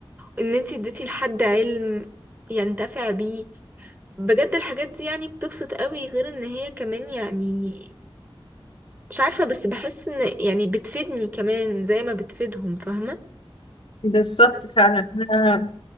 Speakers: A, on the right (about 20°); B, on the left (about 80°).
A: ان انتي اديتي لحد علم ينتفع بيه بجد الحاجات دي يعني بتبسط قوي غير ان هي كمان يعني مش عارفة بس بحس ان يعني بتفيدني كمان زي ما بتفيدهم فاهمة
B: بالظبط
A: بالظبط
B: فعلا انا